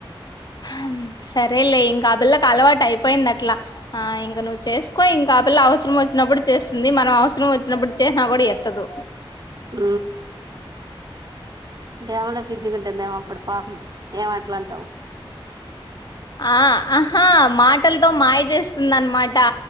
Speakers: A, on the left (about 45°); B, on the right (about 45°).
A: హమ్ సరేలే ఇంకా ఆ పిల్లకలవాటైపోయింది అట్లా ఆ ఇంకా నువ్వు చేసుకో ఇంకా ఆ పిల్ల అవ్ వసరం వచ్చినప్పుడు చేస్తుంది మనం అవసరం వచ్చినప్పుడు చేసినా కూడా ఎత్తదు
B: ఆ డేమలో బిజిగా ఉంటుందేమో అప్పుడు పాపం ఏమట్లాంటవు
A: ఆ ఆహా మాటలతో మాయ చేస్తుందన్నమాటా